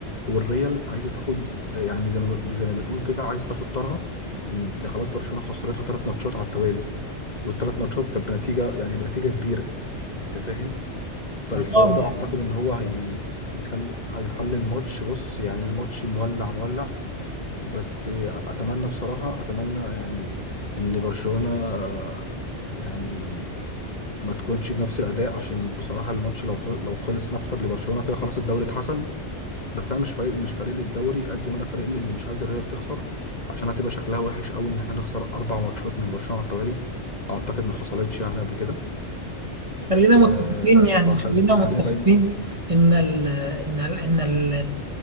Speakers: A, on the left; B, on the right.
A: والريال عايزه تاخد يعني زي ما زي ما بنقول كده عايزه تاخد طارها ان خلاص برشلونه خسرتها ثلاث ماتشات على التوالي والثلاث ماتشات كانت بنتيجه يعني بنتيجه كبيره انت فاهم فالحوار
B: اه
A: ده
B: ما-
A: اعتقد ان هو هي هيخلي هيخلي الماتش بص يعني الماتش مولع مولع بس اتمنى بصراحه اتمنى يعني ان برشلونه آه، يعني ما تكونش بنفس الاداء عشان بصراحه الماتش لو خ- لو خلص مكسب لبرشلونه كده خلاص الدوري اتحسم بس انا مش فارق مش فارق لي الدوري قد ما انا فارق لي ان مش عايز الريال تخسر عشان هتبقى شكلها وحش قوي ان احنا نخسر اربع ماتشات من برشلونة على التوالي اعتقد ما حصلتش يعني قبل كده
B: خلينا متفقين
A: آه
B: يعني
A: فخل
B: خلينا
A: خلينا
B: متفقين
A: بقى
B: ان ال ان ال ان ال